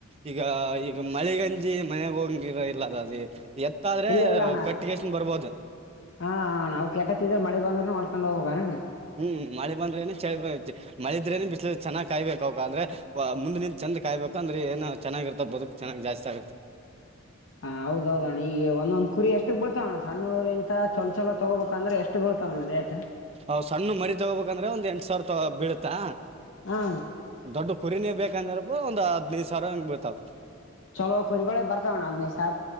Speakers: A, on the right; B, on the left.
A: ಈಗ ಈಗ ಮಳಿಗಂಜಿ ಮನೆಗ್ ಹೋಗಂಗಿಲ್ಲ ಇಲ್ಲದ ಅ ಎತ್ತಾದ್ರೆ
B: ಇಲ್ಲ ಇಲ್ಲ ಅಣ್ಣ
A: ಕಟ್ಟಿಗೆೇಶನ್ ಬರ್ಬೋದು
B: ಹಾ ನಾವು ಕೆಟ್ಟತ್ತಿದ್ರೆ ಮಳೆ ಬಂದ್ರನು ಹೊಡ್ಕೊಂಡ್ ಹೋಗ್ಬೇಕಣ್ಣ
A: ಹ್ಮ್ ಮಳೆ ಬಂದ್ರೆ ಏನೂ ಚಳಿ ಬಂದ್ ಮಳಿದ್ರೇನು ಬಿಸಿಲು ಇದ್ರೇನು ಚನ್ನಾಗ್ ಕಾಯಬೇಕು ಅವಕ ಅಂದ್ರೆ ಒ ಮುಂದು ನಿಂತ್ ಚಂದ್ ಕಾಯಬೇಕು ಅಂದ್ರೆ ಏನು ಚೆನ್ನಾಗಿರ್ತವ್ ಬದುಕ್ ಚೆನ್ನ್ ಜಾಸ್ತಿ ಆಗುತ್ತೆ
B: ಹ ಹೌದೌದಣ್ಣ ಈಗ ಒಂದೊಂದ್ ಕುರಿ ಎಷ್ಟಕ್ ಬರುತ್ತವಣ್ಣ ಸಣ್ಣ ಊರಿಂತ ಚಲೋ ಚಲೋ ತಗೋಬೇಕಂದ್ರೆ ಎಷ್ಟು ಬೀಡ್ತಾವಣ್ಣ ರೇಟ್
A: ಹ್ ಸಣ್ಣ ಮರಿ ತಗೋಬೇಕಂದ್ರೆ ಒಂದ್ ಎಂಟ್ ಸಾವಿರ ತ ಬೀಳುತ್ತಾ
B: ಹಾ
A: ದೊಡ್ಡ ಕುರಿನೇ ಬೇಕಂದ್ರೆ ಒಂದ್ ದ್ ಹದಿನೈದು ಸಾವಿರ ಅಂಗ್ ಬಿಳ್ತಾವ
B: ಚಲೋ ಕುರಿಗಳೇ ಬರ್ತಾವಣ್ಣ ಹದ್ನೈದು